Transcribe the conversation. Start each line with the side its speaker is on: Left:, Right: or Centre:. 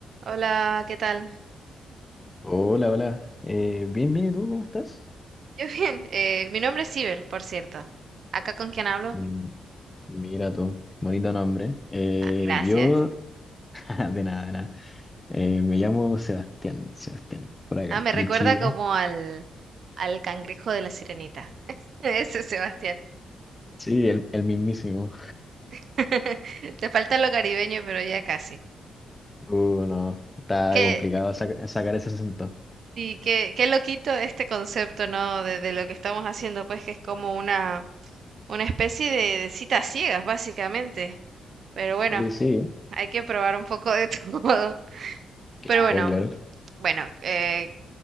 Right: Hola, ¿qué tal?
Left: Hola, hola. Eh, bien, bien, ¿y tú cómo estás?
Right: Yo bien. eh, mi nombre es Sibel, por cierto. ¿Acá con quién hablo?
Left: Mm, Mira tú, bonito nombre. Eh,
Right: Ah, gracias.
Left: yo, <laughs> de nada, de nada. Eh, me llamo Sebastián, Sebastián, por acá,
Right: Ah, me recuerda
Left: de Chile.
Right: como al, al cangrejo de la sirenita. <laughs> Ese es Sebastián.
Left: Sí, el, el mismísimo.
Right: <laughs> Te falta lo caribeño, pero ya casi.
Left: Uh, no, está
Right: Qué,
Left: complicado saca- sacar ese acento.
Right: y qué, qué loquito este concepto, ¿no? De, de lo que estamos haciendo, pues que es como una, una especie de, de citas ciegas, básicamente. Pero bueno,
Left: Oye, sí, ¿eh?
Right: hay que probar un poco de <laughs> todo.
Left: claro,
Right: Pero bueno,
Left: claro.
Right: mm, bueno, eh,